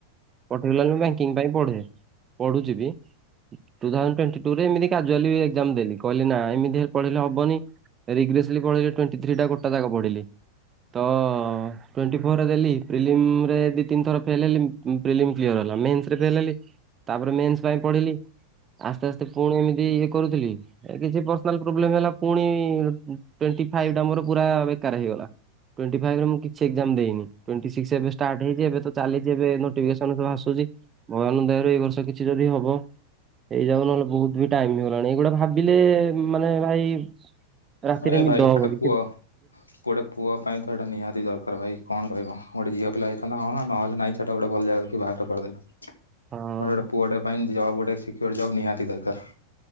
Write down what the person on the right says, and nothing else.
ପର୍ଟିକୁଲାର ଲି ମୁଁ ବ୍ୟାଙ୍କିଙ୍ଗ ପାଇଁ ପଢେ ପଢୁଚି ବି। ଟୁ ଥାଉଜଣ୍ଡ ଟୋଣ୍ଟି ଟୁ ରେ ଏମିତି କାଜୁଆଲି ଏକ୍ ଜାମ୍ ଦେଲି। କହିଲି ନା ଏମତି ହେଲେ ପଢେଇଲେ ହବନି। ରି ଗ୍ରେଶ୍ଲି ପଢିଲି ଟୋଣ୍ଟି ଥ୍ରି ଟା ଗୋଟା ଜାକ ପଢ଼ିଲି। ତ ଟୋଣ୍ଟି ଫୋରରେ ଦେଲି ପ୍ରିଲିମରେ ଦି ତିନି ଥର ଫେଲ ହେଲି। ପ୍ରିଲିମ୍ କ୍ଲିଅର ହେଲା ମେନ୍ସ ରେ ଫେଲ ହେଲି ତାପରେ ମେନ୍ସ ପାଇଁ ପଢିଲି। ଆସ୍ତେ ଆସ୍ତେ ପୁଣି ଏମିତି ଇଏ କରୁଥିଲି। କିଛି ପରସନା୍ଲ ପ୍ରୋବ୍ଲେମ ହେଲା ପୁଣି ଟୋଣ୍ଟି ଫାଇଭ୍ ଟା ମୋର ପୁରା ବେକାର ହେଇଗଲା। ଟୋଣ୍ଟି ଫାଇଭ୍ ରେ ମୁଁ କିଛି ଏକ୍ ଜାମ ଦେଇନି। ଟୋଣ୍ଟି ସିକଷ ଏବେ ଷ୍ଟାର୍ଟ ହେଇଛି ଏବେ ଚାଲିଛି ଏବେ ନୋଟିଫି କେଶନ୍ ସବୁ ଆସୁଚି। ଭଗବାନଙ୍କ ଦୟାରୁ ଏଇ ବର୍ଷ କିଛି ଯଦି ହବ ହେଇ ଯାଉ ନହେଲେ ବହୁତ ବି ଟାଇମ ହେଇଗଲାଣି। ଏଇଗୁଡ଼ା ଭାବିଲେ ମାନେ ଭାଇ ରାତିରେ
ନିଦ
ହେବନି।
<inaudible> ହଁ